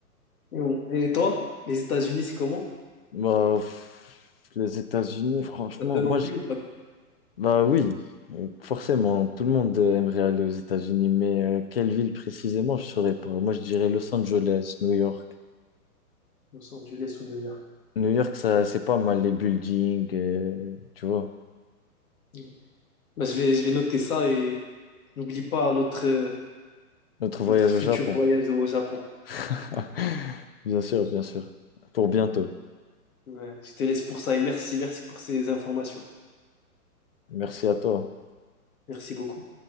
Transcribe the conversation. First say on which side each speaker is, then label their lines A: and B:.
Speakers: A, on the left; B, on the left.
A: Et, on- et toi, les États-Unis, c'est comment?
B: Bah, pff, les États-Unis, franchement,
A: Ça te donne
B: moi,
A: envie
B: je-
A: ou pas du tout
B: bah oui, euh, forcément, tout le monde euh, aimerait aller aux États-Unis, mais euh, quelle ville précisément, je saurais pas. Moi, je dirais Los Angeles, New York.
A: Los Angeles ou New York.
B: New York, ça, c'est pas mal, les buildings, euh, tu vois.
A: Ouais. Bah, je vais, je vais noter ça et n'oublie pas notre, euh,
B: Notre voyage
A: notre futur
B: au Japon.
A: voyage au Japon.
B: <laughs> Bien sûr, bien sûr. Pour bientôt.
A: Ouais, je te laisse pour ça et merci, merci pour ces informations.
B: Merci à toi.
A: Merci beaucoup.